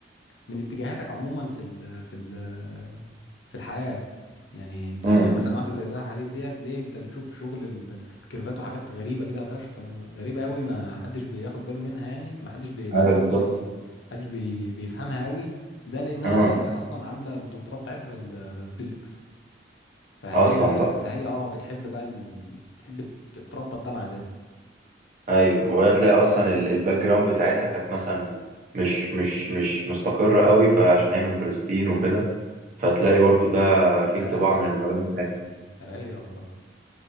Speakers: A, on the left; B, on the right.
A: من اتجاهاتك عموما في ال في ال في الحياة يعني انت
B: امم
A: يعني مثلا واحدة زي زها حديد ديت ليه انت بتشوف شغل ال- الكيرفات وحاجات غريبة كده فشخ غريبة قوي ما حدش بياخد باله منها يعني ما حدش بي ما
B: ايوه
A: حدش
B: بالظبط
A: قصده بي حدش بي بيفهمها قوي ده لأنها
B: اه
A: أصلا عاملة الدكتوراه بتاعتها في الفيزيكس فهي
B: اصلا بقى
A: فهي اه بتحب بقى ال... بتحب تربط ده مع ده
B: ايوه وهي تلاقي اصلا ال- الباك جراوند بتاعتها كانت مثلا مش مش مش مستقره قوي فعشان هي من فلسطين وكده فتلاقي برضو ده
A: دي كانت
B: في
A: من
B: انطباع
A: العراق تقريبا
B: من المباني بتاعتها
A: بس- عراقية أعتقد